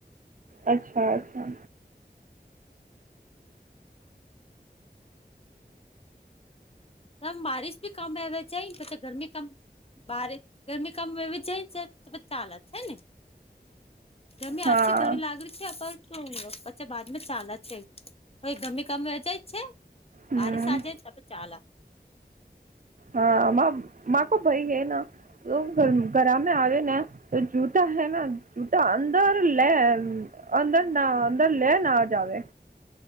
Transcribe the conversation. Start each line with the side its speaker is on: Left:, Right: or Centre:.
Right: અચ્છા અચ્છા.
Left: ત બારિશ ભી કમ આવેવે છે પછ ગરમી કમ બારી ગરમી કામ એવી જાય છે તો બધ ચાલત હૈ ને તમે આથીી
Right: હા
Left: ઘણી લાગણી છે. શું પછા બાદમાં ચા જ છે તો ગમેી કામે રજાય છે.
Right: હમ
Left: ભાર સાધ ચપ ચાલ
Right: હા મા કો ભાઈ હે ના તો ઘરા મે આવે ને તો જૂતા હૈ ના જૂતા અંદર લે અંદર ના અંદર લે ના જ આવે